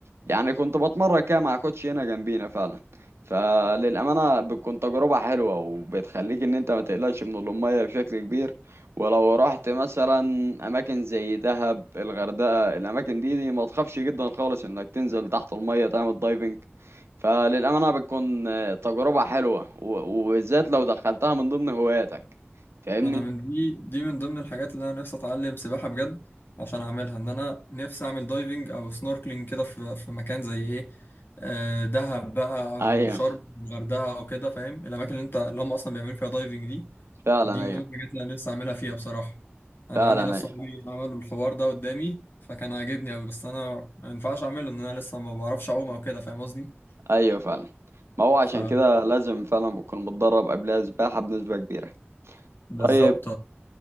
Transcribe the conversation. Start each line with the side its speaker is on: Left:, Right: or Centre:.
Right: يعني كنت بتمرن كده مع كوتش هنا جنبينا فعلا فللأمانة بتكون تجربة حلوة وبتخليك ان انت ما تقلقش من المية بشكل كبير ولو رحت مثلا اماكن زي دهب الغردقة الاماكن دي, دي ما تخافش جدا خالص انك تنزل تحت المية تعمل دايفنج فللأمانة بتكون آه، تجربة حلوة و- وبالذات لو دخلتها من ضمن هواياتك فاهمني
Left: ما انا من دي دي من ضمن الحاجات اللي انا نفسي اتعلم سباحه بجد عشان اعملها ان انا نفسي اعمل دايفنج او سنوركلينج كده في في مكان زي ايه آه، دهب بقى او
Right: ايوه
Left: شرم الغردقه او كده فاهم الاماكن اللي انت اللي هم اصلا بيعملوا فيها دايفنج دي
Right: فعلا
Left: دي من
Right: ايوه
Left: ضمن الحاجات اللي انا نفسي اعملها فيها بصراحه انا
Right: فعلا
Left: عندي ناس
Right: ايوه
Left: صحابي عملوا الحوار ده قدامي فكان عاجبني قوي بس انا ما ينفعش اعمله ان انا لسه ما بعرفش اعوم او كده فاهم قصدي
Right: ايوه فعلا ما هو عشان
Left: ف
Right: كده لازم فعلا بكون متدرب قبلها سباحة بنسبة كبيرة
Left: بالظبط
Right: طيب